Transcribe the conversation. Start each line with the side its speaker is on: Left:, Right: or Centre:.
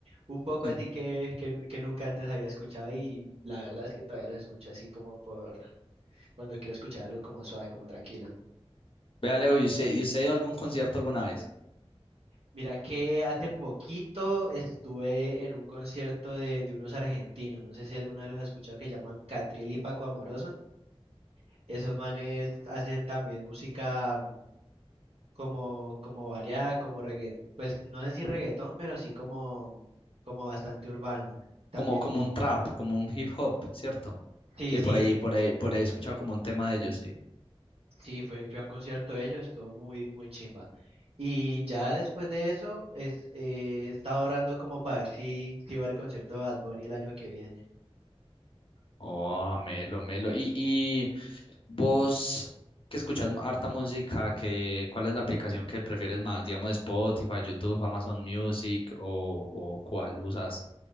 Right: un
Left: <laughs>
Right: poco así que, que, que nunca antes había escuchado y la verdad es que todavía los escucho así como por cuando quiero escuchar algo como suave, como tranquilo.
Left: Vea, Leo, ¿y usted, y usted ha ido a algún concierto alguna vez?
Right: Mira que hace poquito estuve en un concierto de, de unos argentinos, no sé si alguno de los has escuchado que llaman Catriel y Paco Amoroso. Esos manes hacen también música mm, como, como variada, como reggaetón, pues no sé si reggaetón, pero sí como, como bastante urbano. También,
Left: como, como un trap, como un hip hop, ¿cierto?
Right: sí,
Left: Sí,
Right: sí,
Left: por ahí, por ahí, por ahí he escuchado como un tema de ellos, sí.
Right: sí, fue, fui a un concierto de ellos, estuvo muy, muy chimba. Y ya después de eso, es, eh, estaba orando como para ver si, si iba al concierto de Bad Bunny el año que viene.
Left: Oh, melo, melo. Y, y vos que escuchas m- harta música, que, ¿cuál es la aplicación que prefieres más? Digamos Spotify, YouTube, Amazon Music o, o cuál usas?